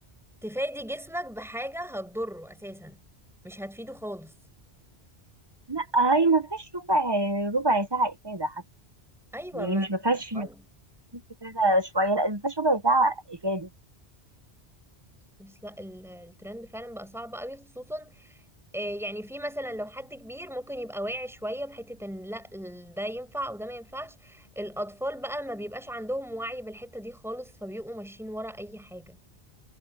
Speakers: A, in the centre; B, on the right.
A: تفادي جسمك بحاجة هتضره اساسا مش هتفيده خالص
B: لا هي ما فيهاش ربع ربع ساعه افاده حتى
A: ايوه
B: يعني
A: ما
B: مش ما فيهاش
A: مش خالص
B: ما فيهاش افاده شويه لا ما فيهاش ربع ساعه افاده
A: بس لا ال- الترند فعلا بقى صعب قوي خصوصا إيه يعني في مثلا لو حد كبير ممكن يبقى واعي شوية بحتة ان لا ال- ده ينفع وده ما ينفعش الأطفال بقى ما بيبقاش عندهم وعي بالحتة دي خالص فبيبقوا ماشيين ورا أي حاجة